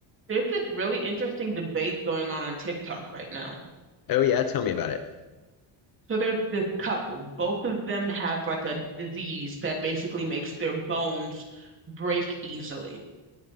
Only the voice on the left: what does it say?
Oh yeah, tell me about it.